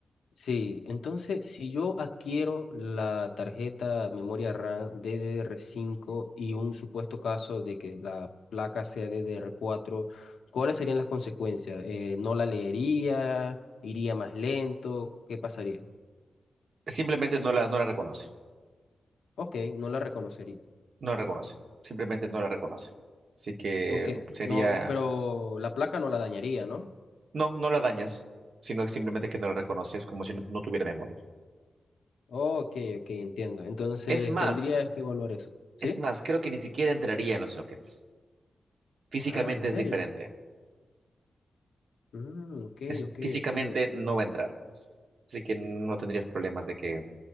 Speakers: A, on the left (about 85°); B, on the right (about 55°).
A: Sí, entonces si yo adquiero la tarjeta memoria RAM ddr cinco y un supuesto caso de que la placa sea ddr cuatro, ¿cuáles serían las consecuencias? Eh, ¿no la leería? ¿Iría más lento? ¿Qué pasaría?
B: Simplemente no la, no la reconoce,
A: Ok, no la reconocería.
B: no la reconoce, simplemente no la reconoce. Así que
A: Ok,
B: sería...
A: no, pero la placa no la dañaría, ¿no?
B: No, no la dañas, sino simplemente que no la reconoces como si no, no tuviera memoria.
A: Ok, ok, entiendo. Entonces
B: Es más,
A: tendrías que evaluar eso, ¿sí?
B: es más, creo que ni siquiera entraría en los sockets. Físicamente
A: Ah, ¿en serio?
B: es diferente.
A: Mm, ok,
B: Es,
A: ok,
B: físicamente
A: ok.
B: no va a entrar. Así que no tendrías problemas de que